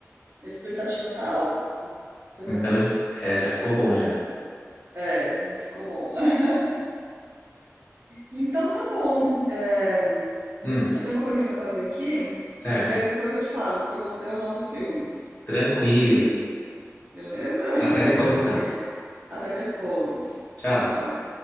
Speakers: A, on the right (about 45°); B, on the left (about 35°).
A: a expectativa tá alta para os pecadores.
B: Então, é, já ficou bom já.
A: É, já ficou bom. <laughs> Então tá bom. É,
B: Hum.
A: eu tenho uma coisinha para fazer aqui
B: Certo?
A: e aí depois eu te falo se eu gostei ou não do filme.
B: Tranquilo.
A: Beleza? <laughs>
B: Até depois então.
A: Até depois.
B: Tchau.
A: Tchau, tchau.